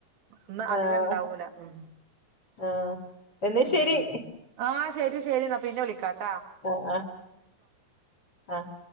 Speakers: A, on the right; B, on the left.
A: ഇന്ന് അധികം
B: ആഹ്
A: ഇണ്ടാവൂല. ഉം.
B: ആഹ് എന്നാ
A: ഉം
B: ശരി
A: ആഹ് ശരി ശരിന്നാ പിന്നെ വിളിക്കാ
B: ആഹ് ആഹ് ആഹ്